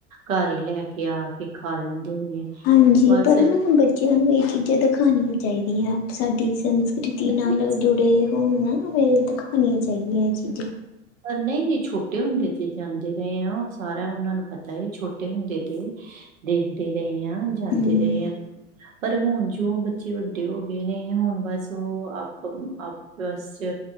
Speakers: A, on the right (about 85°); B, on the left (about 35°).
A: ਘਰ ਹੀ ਲੈ ਕੇ ਆ ਕੇ ਖਾ ਲੈਂਦੇ ਨੇ
B: ਹਾਂਜੀ,
A: ਬਸ
B: ਪਰ ਨਾ ਬੱਚਿਆਂ ਨੂੰ ਇਹ ਚੀਜ਼ਾਂ ਦਿਖਾਣੀਆਂ ਚਾਹੀਦੀਆਂ ਸਾਡੀ ਸੰਸ -ਕ੍ਰਿਤੀ
A: ਨਹੀਂ-ਨਹੀਂ
B: ਨਾਲ ਜੁੜੇ ਹੋਣ ਨਾ, ਫੇਰੇ ਦਿਖਾਣੀਆਂ ਚਾਹੀਦੀਆਂ ਇਹ ਚੀਜ਼ਾਂ
A: ਪਰ ਨਹੀਂ-ਨਹੀਂ ਛੋਟੇ ਹੁੰਦੇ ਤੇ ਜਾਂਦੇ ਰਹੇ ਆ, ਸਾਰਾ ਉਹਨਾਂ ਨੂੰ ਪਤਾ ਹੈ, ਛੋਟੇ ਹੁੰਦੇ ਤੇ ਦੇਖਦੇ ਰਹੇ ਹਾਂ, ਜਾਂਦੇ
B: ਹਮ
A: ਰਹੇ ਹਾਂ। ਪਰ ਹੁਣ ਜੋ ਬੱਚੇ ਵੱਡੇ ਹੋ ਗਏ ਨੇ ਹੁਣ ਬਸ ਉਹ ਆਪ -ਪਸ ਚ -ਚ- ਚ